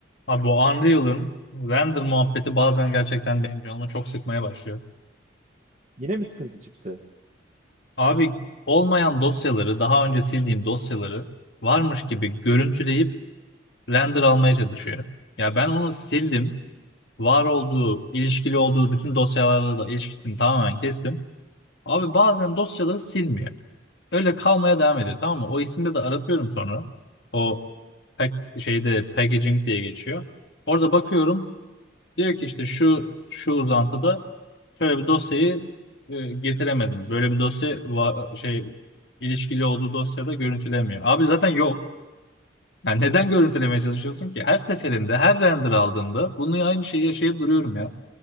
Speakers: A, on the left (about 60°); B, on the right (about 35°).
A: Abi bu Unreal'ın render muhabbeti bazen gerçekten benim canımı çok sıkmaya başlıyor.
B: Yine mi sıkıntı çıktı?
A: Abi olmayan dosyaları, daha önce sildiğim dosyaları varmış gibi görüntüleyip render almaya çalışıyor. Ya ben onu sildim. Var olduğu, ilişkili olduğu bütün dosyalarla da ilişkisini tamamen kestim. Abi bazen dosyaları silmiyor. Öyle kalmaya devam ediyor tamam mı? O isimde de aratıyorum sonra. O pack, şeyde packaging diye geçiyor. Orada bakıyorum Diyor ki işte şu şu uzantıda şöyle bir dosyayı e, getiremedim. Böyle bir dosya va- şey ilişkili olduğu dosyada görüntülemiyor. Abi zaten yok. Yani neden görüntülemeye çalışıyorsun ki? Her seferinde, her render aldığında bunu aynı şeyi yaşayıp duruyorum ya.